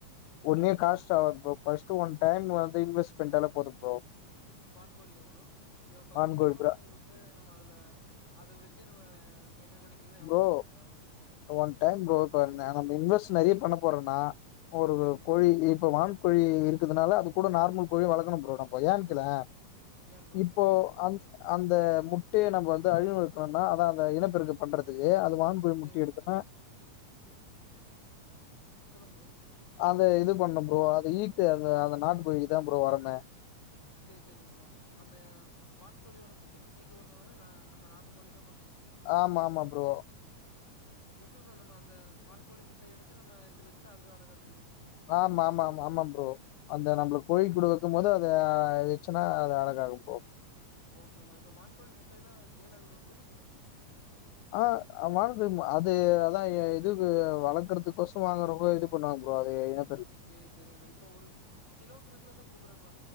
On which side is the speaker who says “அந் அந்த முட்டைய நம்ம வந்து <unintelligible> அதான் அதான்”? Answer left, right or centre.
Left